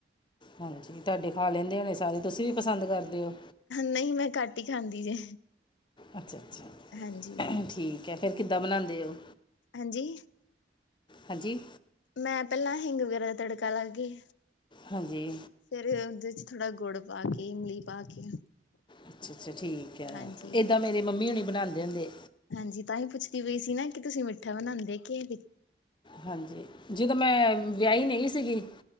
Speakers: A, on the left; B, on the left.
A: ਹਾਂਜੀ, ਤੁਹਾਡੇ ਖਾ ਲੈਂਦੇ ਹੋਣੇ ਸਾਰੇ, ਤੁਸੀਂ ਵੀ ਪਸੰਦ ਕਰਦੇ ਓ?
B: ਨਹੀਂ ਮੈਂ ਘੱਟ ਈ ਖਾਂਦੀ ਜੇ।
A: ਅੱਛਾ -ਅੱਛਾ
B: ਹਾਂਜੀ।
A: ਠੀਕ ਹੈ, ਫ਼ਿਰ ਕਿੱਦਾਂ ਬਣਾਂਦੇ ਓ?
B: ਹਾਂਜੀ
A: ਹਾਂਜੀ
B: ਮੈਂ ਪਹਿਲਾਂ ਹਿੰਗ ਵਗੈਰਾ ਦਾ ਤੜਕਾ ਲਾ ਕੇ
A: ਹਾਂਜੀ।
B: ਫ਼ੇਰ ਉਹਦੇ ਚ ਥੋੜ੍ਹਾ ਗੁੜ ਪਾ ਕੇ ਇਮਲੀ ਪਾ ਕੇ
A: ਅੱਛਾ -ਅੱਛਾ ਠੀਕ ਐ,
B: ਹਾਂਜੀ
A: ਏਦਾਂ ਮੇਰੇ ਮੰਮੀ ਹੁਣੀ ਬਣਾਂਦੇ ਹੁੰਦੇ।
B: ਹਾਂਜੀ ਤਾਂ ਹੀ ਪੁੱਛਦੀ ਪਈ ਸੀ ਨਾ ਕਿ ਤੁਸੀਂ ਮਿੱਠਾ ਬਣਾਉਂਦੇ ਕੇ ਵੀ
A: ਹਾਂਜੀ ਜਦੋਂ ਮੈਂ ਵਿਆਹੀ ਨਹੀਂ ਸੀਗੀ,